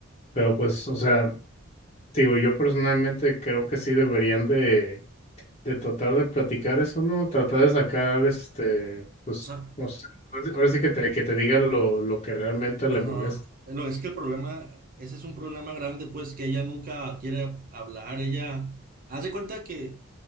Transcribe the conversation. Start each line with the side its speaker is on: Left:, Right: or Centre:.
Left: pero pues, o sea, digo, yo personalmente creo que sí deberían de de tratar de platicar eso, ¿no? Tratar de sacar, este, pues,
Right: O sea,
Left: no sé, ahora sí ahora sí que te, que te diga lo, lo que realmente
Right: ajá.
Left: le molesta.
Right: Lo es que el problema, ese es un problema grande, pues, que ella nunca quiere hablar. Ella, haz de cuenta que,